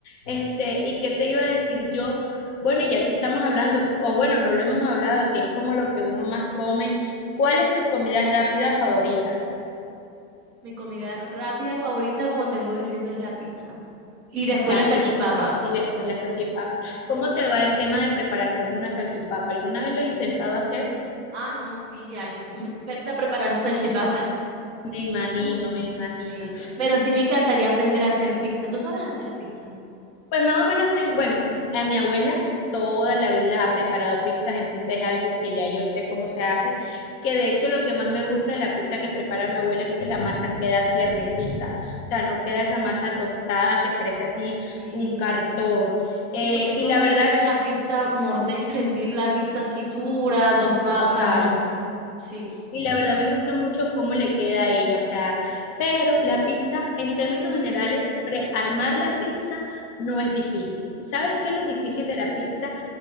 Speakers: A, on the left (about 30°); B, in the centre.
A: Este, ¿y qué te iba a decir yo? Bueno, y ya que estamos hablando, o bueno, no lo hemos hablado, que es como lo que uno más come, ¿cuál es tu comida rápida favorita?
B: mi comida rápida favorita, como tengo diciendo, es la pizza. Y después
A: La
B: la salchipapa.
A: pizza y después
B: Sí,
A: la salchipapa.
B: la salchipapa.
A: ¿Cómo te va en tema de preparación de una salchipapa? ¿Alguna vez lo has intentado hacer?
B: Ah, no, sí, ya, yo soy una experta preparando salchipapa. <laughs>
A: Me imagino,
B: Mm,
A: me imagino.
B: Sí, pero sí me encantaría aprender a hacer pizza. ¿Tú sabes hacer pizzas?
A: Pues más o menos, ten- bueno, a mi abuela toda la vida ha preparado pizzas, entonces es algo que ya yo sé cómo se hace, que de hecho lo que más me gusta de la pizza que prepara mi abuela es que la masa queda tiernecita, o sea, no queda esa masa tostada que parece así
B: Sí,
A: un cartón.
B: sí,
A: Eh,
B: porque eso
A: y
B: es
A: la verdad,
B: horrible en la pizza, morder y sentir la pizza así dura, tostada,
A: total.
B: o sea, no. Sí.
A: Y la verdad me gusta mucho cómo le queda a ella, o sea, pero la pizza, en términos generales, pre- armar la pizza no es difícil. ¿Sabes qué es lo difícil de la pizza?